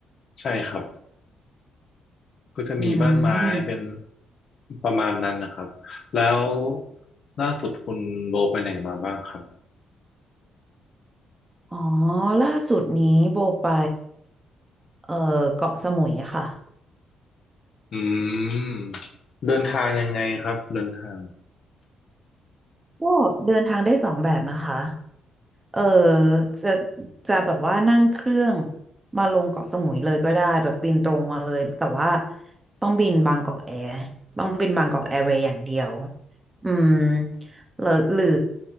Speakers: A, on the left; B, on the right.
A: ใช่ครับก็จะมีบ้านไม้เป็น
B: อืม
A: ประมาณนั้นนะครับแล้วล่าสุดคุณโบไปไหนมาบ้างครับ
B: อ๋อล่าสุดนี้โบไปเอ่อเกาะสมุยค่ะ
A: อืมเดินทางยังไงครับเดินทาง
B: ก็เดินทางได้สองแบบนะคะ เออจะจะแบบว่านั่งเครื่องมาลงเกาะสมุยเลยก็ได้แบบบินตรงมาเลยแต่ว่าต้องบินบางกอกแอร์ต้องบินบางกอกแอร์เวย์อย่างเดียวอืมหรือหรือ